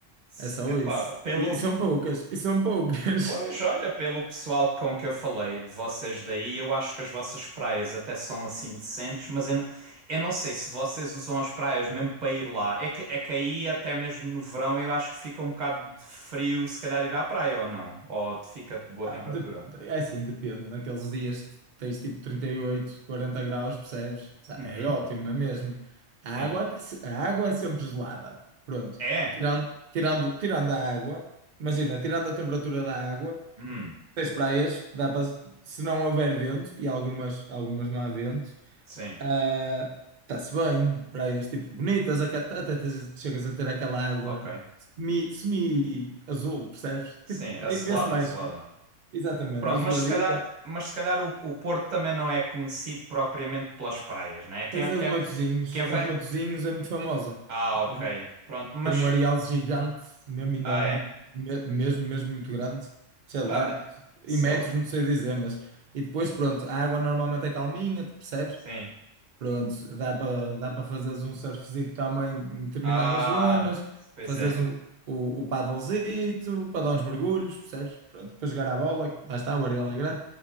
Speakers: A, on the right; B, on the right.
A: Se-
B: É só
A: Epá,
B: isso.
A: pelo.
B: E, e são poucas, e são poucas.
A: Pois, olha,
B: <laughs>
A: pelo pessoal com que eu falei de vocês daí, eu acho que as vossas praias até são assim decentes, mas eu não, eu não sei se vocês usam as praias mesmo para ir lá. É que, é que aí, até mesmo no verão, eu acho que fica um bocado de frio se calhar ir à praia ou não. Ou te fica de boa
B: Ah,
A: temperatura.
B: de- de- é assim, depende. Naqueles dias que tens tipo 38, 40 graus, percebes? Sa-
A: Uhum,
B: É ótimo, não é mesmo? A
A: sim.
B: água, aquece- a água é sempre gelada. Pronto.
A: É?
B: Tirando, tirando, tirando a água, imagina, tirando a temperatura da água,
A: Hum,
B: tens praias, que dá para, se não houver vento, e algumas, algumas não há vento,
A: sim.
B: ah, está-se bem. Praias tipo bonitas, aque- até tens- chegas a ter aquela água
A: Ok.
B: semi, semi-azul, percebes?
A: Sim,
B: Tipo,
A: azelada,
B: aí vê-se mais.
A: azelada.
B: Exatamente,
A: Pronto,
B: azuladita.
A: mas se calhar, mas se calhar o, o Porto também não é conhecido propriamente pelas praias, né? Quem,
B: Tens a
A: quem,
B: de Matosinhos.
A: quem vai.
B: A de Matosinhos é muito famosa.
A: Ah, ok.
B: A de-
A: Pronto, mas.
B: Tem um areal gigante, mesmo enorme,
A: Ah, é?
B: me- mesmo, mesmo muito grande. Sei lá,
A: Ah, mas.
B: em
A: Sei
B: metros,
A: lá.
B: não sei dizer, mas. E depois, pronto, a água normalmente é calminha, percebes?
A: Sim.
B: Pronto, dá para dá para fazeres um surfzito também em determinadas
A: Ah,
B: zonas,
A: pois
B: fazeres
A: é.
B: um, o, o paddlezito para dar uns mergulhos, percebes? Pronto, para jogar à bola, que lá está, o areal é grande,